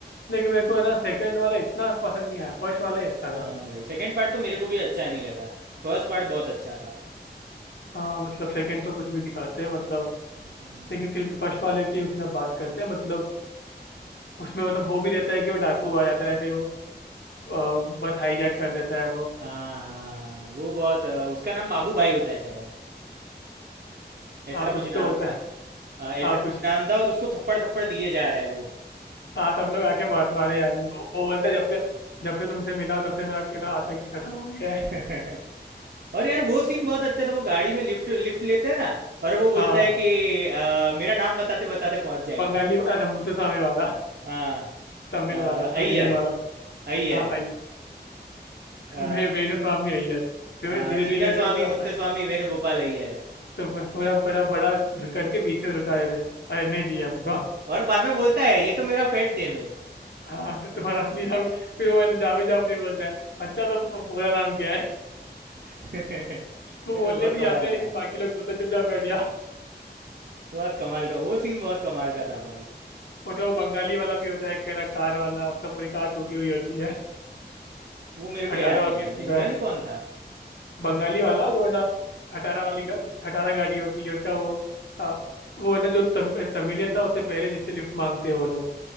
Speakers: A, on the left; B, on the right.
A: लेकिन मेरे को है ना सेकंड वाला इतना पसंद नहीं आया फर्स्ट वाला ही अच्छा
B: हाँ
A: था
B: भाई सेकंड पार्ट तो मेरे को भी अच्छा नहीं लगा फर्स्ट पार्ट बहुत अच्छा था
A: हाँ मतलब सेकंड तो कुछ भी दिखाते हैं मतलब
B: हम्म,
A: लेकिन फिर भी फर्स्ट वाले की उसने बात करते हैं मतलब उसमें मतलब वो भी रहता है कि वो डाकू आ जाता है फिर वो अ, बस हाईजैक कर देता है वो
B: हाँ हाँ हाँ वो बहुत अ, उसका नाम बाबू भाई होता है शायद ऐसा
A: हाँ कुछ
B: कुछ नाम
A: तो होता
B: था
A: है
B: अ, ऐसा
A: हाँ कुछ
B: कुछ नाम
A: तो
B: था और उसको थप्पड़ थप्पड़ दिए जा रहा है वो
A: हाँ सब लोग आके मार मारे जा रहे हैं वो वो बोलता है जब से जब से तुमसे मिला हो, तब से मेरा ना आतंकी खत्म हो गया है
B: <laughs> और यार वो सीन बहुत अच्छा था वो गाड़ी में लिफ्ट लिफ्ट लेते हैं ना और वो बोलता
A: हाँ
B: है कि अ, मेरा नाम बताते बताते पहुंच जाएंगे
A: बंगाली अच्छा मुत्तुस्वामी वाला
B: हाँ
A: तमिल
B: अ,
A: वाला
B: अय्यर
A: तमिलियन वाला
B: अय्यर
A: हाँ
B: अ,
A: मैं वेणुस्वामी अय्यर तो
B: हाँ,
A: धीरे
B: चिन्न
A: धीरे करके
B: स्वामी
A: पूरा
B: मुत्तस्वामी वेणुगोपाल अय्यर
A: तो पूरा बड़ा बड़ा करके बीच में रुका देते हैं, अरे नहीं चाहिए हमको
B: और बाद में बोलता है ये तो मेरा पेट नेम है
A: हाँ तो तुम्हारा असली नाम फिर वो है ना, जावेद जाफरी बोलता है अच्छा तो पू- पूरा नाम क्या है
B: <laughs> यार
A: वो बोलने
B: बहुत
A: भी
B: कमाल
A: आता है लेकिन
B: था
A: बाकी लोग बोलते हैं, चुपचाप बैठ जा
B: बहुत कमाल का वो सीन बहुत कमाल का था भाई
A: उसका वो बंगाली वाला भी होता है एक है ना कार वाला उसका पूरी कार टूटी हुई होती है
B: वो मेरे
A: खटारा
B: को याद
A: होती
B: नहीं
A: है
B: भाई
A: उसकी
B: बंगाली
A: कार
B: कौन था
A: बंगाली वाला जो है ना खटारा वाली गा, खटारा गाड़ी होती है उसका वो आ, वो है ना जो तम, तमिलियन था उससे पहले जिससे लिफ्ट मांगते हैं वो लोग